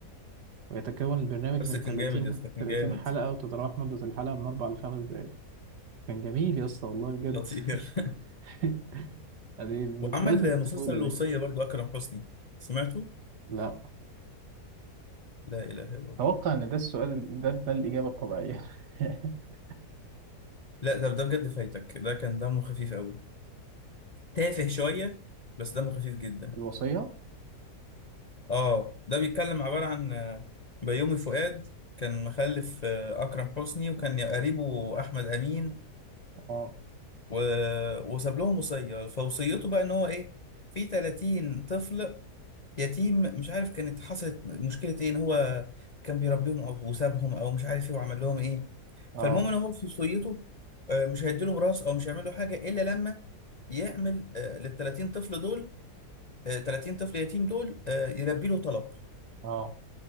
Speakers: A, on the right; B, on the left.
A: ويتكون البرنامج
B: بس
A: من
B: كان
A: 30
B: جامد يا اسطى كان
A: 30
B: جامد
A: حلقة وتتراوح مدة الحلقة من 4 ل 5 دقائق كان جميل يا اسطى والله بجد
B: خطير <laughs>
A: <laughs> دي ذكريات
B: وعمل
A: الطفولة
B: مسلسل الوصيه
A: دي
B: برضو اكرم حسني سمعته؟
A: لا
B: لا اله الا الله
A: اتوقع ان ده السؤال ده ده الإجابة الطبيعية <laughs>
B: لا ده ده بجد فايتك ده كان دمه خفيف قوي تافه شويه بس دمه خفيف جدا
A: الوصية
B: اه ده بيتكلم عباره عن آه، بيومي فؤاد كان مخلف آه، اكرم حسني وكان قريبه احمد امين
A: اه
B: و... وساب لهم وصية فوصيته بقى ان هو ايه في 30 طفل يتيم مش عارف كانت حصلت مشكلة ايه ان هو كان بيربيهم او وسابهم او مش عارف ايه وعمل لهم ايه
A: اه
B: فالمهم ان هو في وصيته آه، مش هيديلهم راس او مش هيعمل له حاجة الا لما يعمل لل 30 طفل دول آه، 30 طفل يتيم دول آه، يلبي له طلب
A: اه